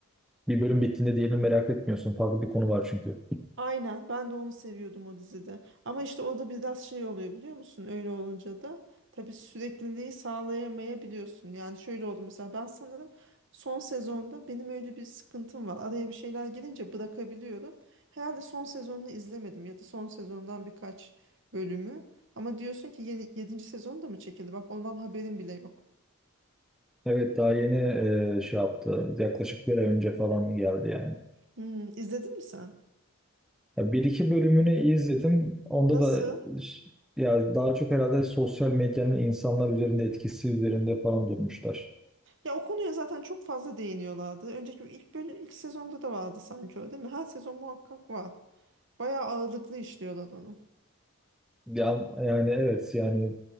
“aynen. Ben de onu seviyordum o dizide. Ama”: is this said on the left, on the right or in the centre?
Right